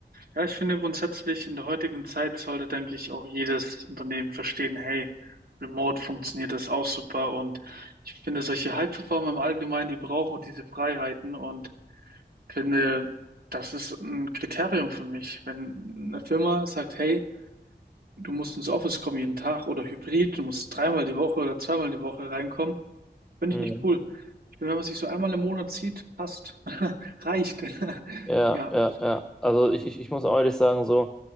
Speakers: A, on the right; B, in the centre.
A: Ja, ich finde grundsätzlich in der heutigen Zeit sollte, denke ich, auch jedes Unternehmen verstehen, hey, remote funktioniert das auch super und ich finde solche High-Performer im Allgemeinen, die brauchen auch diese Freiheiten und finde, das ist ein Kriterium für mich. Wenn eine Firma sagt, hey, du musst ins Office kommen jeden Tag oder hybrid, du musst dreimal die Woche oder zweimal die Woche reinkommen, finde
B: hm,
A: ich nicht cool. Ich finde, wenn man sich so einmal im Monat sieht, passt, <laughs> reicht. <laughs>
B: ja,
A: Ja.
B: ja, ja. Also ich, ich, ich muss auch ehrlich sagen, so,